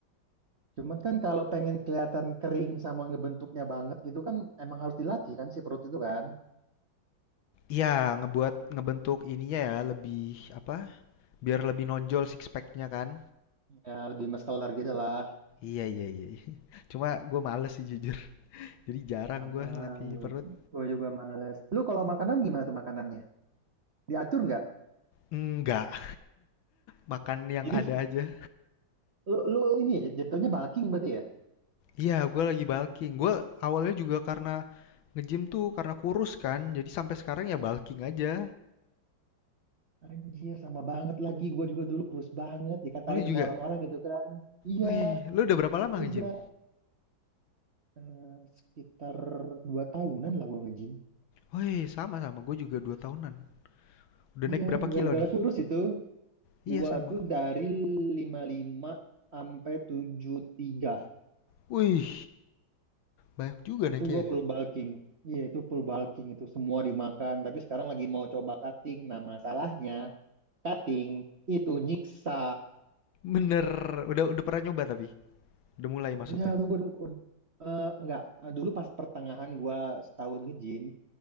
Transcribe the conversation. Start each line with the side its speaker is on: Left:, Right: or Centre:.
Right: Cuman kan kalau pengen kelihatan kering sama ngebentuknya banget gitu kan emang harus dilatih kan si perut itu kan.
Left: Iya, ngebuat ngebentuk ininya ya lebih apa? Biar lebih nonjol six pack-nya kan?
Right: Ya lebih muscular gitu lah.
Left: Iya iya iya. iya. <laughs> Cuma gue males sih jujur. Jadi jarang
Right: Sama
Left: gue latih perut.
Right: gue juga males. Lu kalau makanan gimana tuh makanannya? Diatur nggak?
Left: Enggak, makan yang
Right: Jadi
Left: ada aja.
Right: <laughs> lu, lu ini ya jat- jatuhnya bulking berarti ya?
Left: Iya, gue lagi bulking. Gue awalnya juga karena nge-gym tuh karena kurus kan. Jadi sampai sekarang ya bulking aja.
Right: Anjir sama banget lagi gue juga dulu kurus banget dikatain
Left: Oh, lu juga?
Right: sama orang-orang gitu kan. Iya,
Left: Wih, lu udah berapa
Right: gue
Left: lama
Right: juga
Left: nge-gym?
Right: eh, sekitar 2 tahunan lah gue nge-gym.
Left: Wih, sama-sama. Gue juga 2 tahunan. Udah
Right: Iya,
Left: naik berapa
Right: gara-gara
Left: kilo nih?
Right: kurus itu.
Left: Iya,
Right: Gua
Left: sama.
Right: tuh dari 55 sampai tujuh puluh tiga
Left: Wih, banyak juga naiknya.
Right: Itu gua
Left: ya.
Right: full bulking. Iya, itu full bulking itu semua dimakan. Tapi sekarang lagi mau coba cutting. Nah, masalahnya cutting itu nyiksa.
Left: Bener, udah udah pernah nyoba tapi? Udah mulai maksudnya?
Right: Udah lu gua ud- eh, enggak Eh, dulu pas pertengahan gua setahun nge-gym